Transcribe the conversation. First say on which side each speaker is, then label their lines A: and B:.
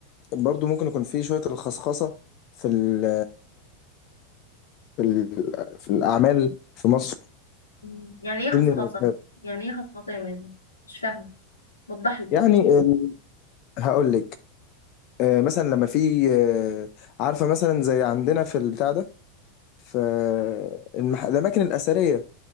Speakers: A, on the left; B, on the left.
A: برضو ممكن يكون فيه شوية الخصخصة في ال... في ال... في الاعمال في مصر
B: مم. يعني ايه خصخصة
A: دي من الاسباب
B: يعني ايه خصخصة يا مازن مش فاهمة وضح لي
A: يعني ال- هقول لك آه، مثلا لما في آه، عارفة مثلا زي عندنا في البتاع ده في المح... الأماكن الأثرية